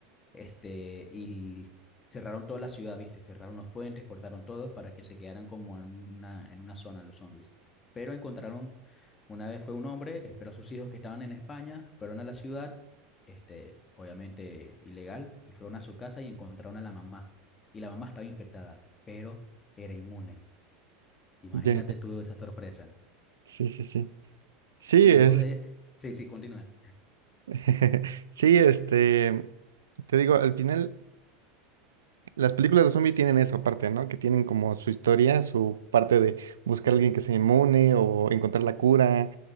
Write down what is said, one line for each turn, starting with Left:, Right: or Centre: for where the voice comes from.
Left: este, y cerraron toda la ciudad, ¿viste? Cerraron los puentes, cortaron todos para que se quedaran como en una, en una zona los zombies. Pero encontraron, una vez fue un hombre, esperó a sus hijos que estaban en España, fueron a la ciudad, este, obviamente ilegal, y fueron a su casa y encontraron a la mamá. Y la mamá estaba infectada, pero era inmune. Imagínate
Right: ya, ya.
Left: tú esa sorpresa.
Right: Sí, sí, sí. Sí,
Left: Luego
Right: es,
Left: de... Sí, sí, continúa.
Right: <laughs> sí, este, te digo, al final... Las películas de zombie tienen esa parte, ¿no? Que tienen como su historia, su parte de buscar a alguien que sea inmune o encontrar la cura,